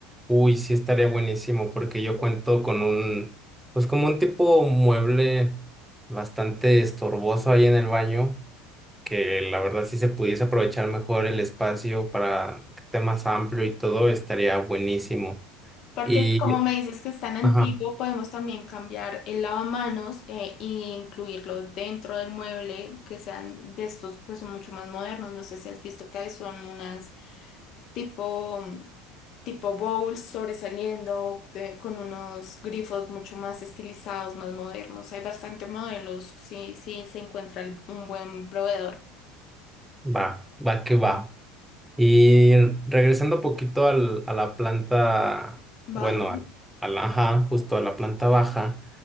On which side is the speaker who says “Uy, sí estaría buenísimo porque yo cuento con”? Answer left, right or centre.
Centre